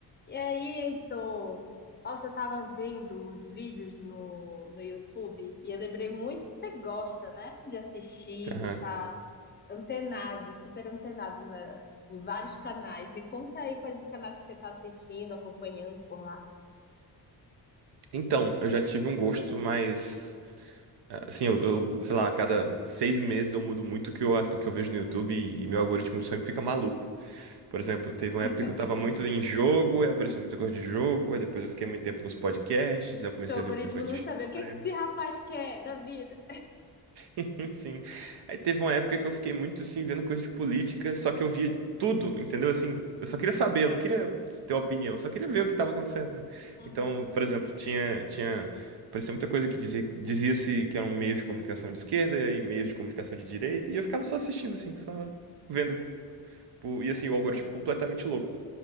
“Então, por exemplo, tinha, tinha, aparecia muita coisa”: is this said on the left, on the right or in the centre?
Right